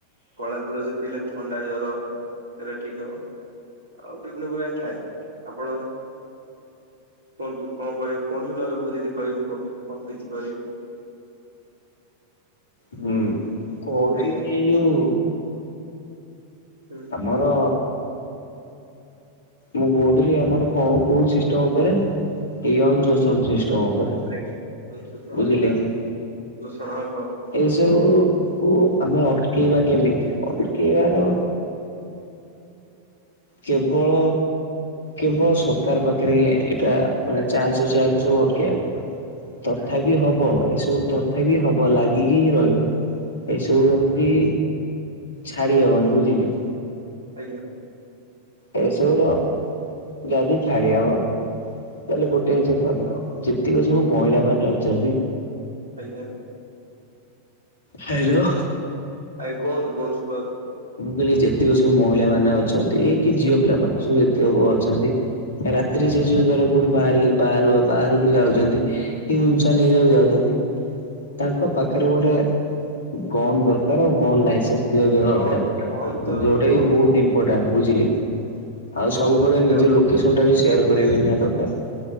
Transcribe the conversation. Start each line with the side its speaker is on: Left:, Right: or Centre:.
Right: କଳା ତୁଳସୀ ପିଇଲେ ଥଣ୍ଡା ଜ୍ବର ସେଇଟା ଠିକ ହବ ଆଉ ବିଭିନ୍ନ ପ୍ରକାର ଥାଏ ଆପଣ କୁହନ୍ତୁ କଣ କହିବେ କୁହନ୍ତୁ ନହେଲେ ମୁଁ ଯଦି କରିବି କୁହନ୍ତୁ କଣ କିଛି କହିବି?
Left: ହୁଁ ମୁଁ କହୁଛି
Right: ଆଜ୍ଞା।
Left: କି ଏଇ ଯଉ
Right: ହୁଁ।
Left: ଆମର ମୁଁ କହୁଥିଲି ଆମର କ କୋଉ ସିଷ୍ଟମ ଉପରେ <unintelligible> <unintelligible> ରେ
Right: ଆଜ୍ଞା ଶୋଷଣ
Left: ବୁଝିଲେ
Right: କିମ୍ବା
Left: କି?
Right: ଲୋଷଣ କୁହନ୍ତୁ
Left: ଏ ସବୁକୁ ଆମେ ଅଟକେଇବା କେମିତି ଅଟକେଇ ବାର କେବଳ କେବଳ ସରକାର ପାଖରେ ହିଁ ଏଇଟା ମାନେ
Right: ଆଜ୍ଞା
Left: ଚାନ୍ସ ଅଛି ୟାକୁ ସବୁ ଅଟକେଇ ବାକୁ। ତଥାପି
Right: ଆଜ୍ଞା।
Left: ହବ ଏସବୁ ତଥାପି ହବ ଲାଗିକି ହିଁ ରହିବ। ଏସବୁ ଏମିତି
Right: ହୁଁ,
Left: ଛାଡ଼ି ହବନି ବୁଝିଲେ କି?
Right: ଆଜ୍ଞା।
Left: ଏସବୁର ଯଦି ଛାଡ଼ି ହବ ତାହେଲେ
Right: ହୁଁ
Left: ଗୋଟେ ଜିନିଷ କରିହବ ଯେତିକ ସବୁ ମହିଳା ମାନେ ଅଛନ୍ତି
Right: ଆଜ୍ଞା।
Left: ହ୍ୟାଲୋ।
Right: ଆଜ୍ଞା କୁହନ୍ତୁ କୁହନ୍ତୁ ଶୁଭା ହଉଛି।
Left: ମୁଁ କହିଲି ଯେତିକି ସବୁ ମହିଳା ମାନେ ଅଛନ୍ତି କି ଝିଅ ପିଲା ମାନେ ସବୁ ଯେତିକ ସବୁ ଅଛନ୍ତି ରାତିରେ ସେ ଯୋଉ ଧର କୋଉଠୁ ବାହାରି ବାହର ବାହାରକୁ ଯାଉଛନ୍ତି। <unintelligible> ତାଙ୍କ ପାଖରେ
Right: ହୁଁ,
Left: ଗୋଟେ ଗନ୍ ଦରକାର ଆଉ ଗନ୍ ଲାଇସେନ୍ସ ଥିବା ବି ଦରକାର।
Right: ଗହନ୍ତ
Left: ଯୋଉଟା
Right: ଗହନ୍ତ
Left: ବି ବହୁତ ଇମ୍ପୋର୍ଟାଣ୍ଟ ବୁଝିଲେ କି ଆଉ
Right: ଗହନ୍ତ
Left: ସବୁବେଳେ
Right: ଦେଇ
Left: ନିଜ
Right: ଆଉ
Left: ଲୋକ ଲୋକେସନଟା ବି ଶେୟାର କରିବା ନିହାତି ଦରକାର।